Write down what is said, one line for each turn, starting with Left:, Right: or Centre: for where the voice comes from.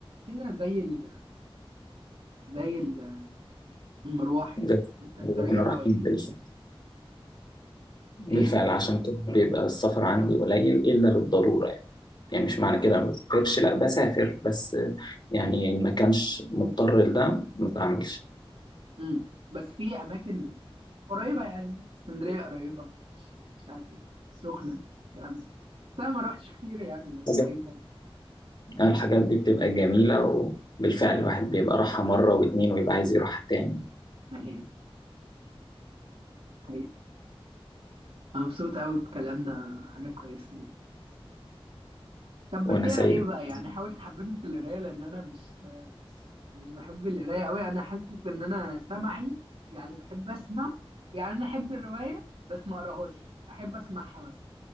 Right: كده زي ال... زي ال- المروح يعني
Left: زي
Right: وأنت الطريق
Left: احنا
Right: الرايح
Left: رايحين بالف- بالفعل
Right: إيه؟
Left: عشان كده بيبقى السفر عندي قليل إلا للضرورة يعني يعني مش معنى كده ما بسافرش لا بسافر بس يعني إن ما كانش مضطر لده ما بعملش
Right: مم. بس في أماكن قريبة يعني اسكندرية قريبة مش عارف إيه السخنة الكلام ده بس أنا ما روحتش كتير يعني من
Left: حاجات-
Right: حاجة تانية
Left: الحاجات دي بتبقى جميلة وبالفعل الواحد بيبقى راحها مرة واتنين ويبقى عايز يروحها تاني
Right: <laughs> حقيقي حقيقي. أنا مبسوط قوي بكلامنا حاجة كويسة طب
Left: وأنا
Right: بتقرا
Left: سعيد
Right: ايه
Left: جدا
Right: بقى يعني حاول تحببني في القرايه لان انا مش مش بحب القرايه قوي انا حاسس ان انا سمعي يعني بحب اسمع يعني انا احب الروايه بس ما اقراهاش احب اسمعها مثلا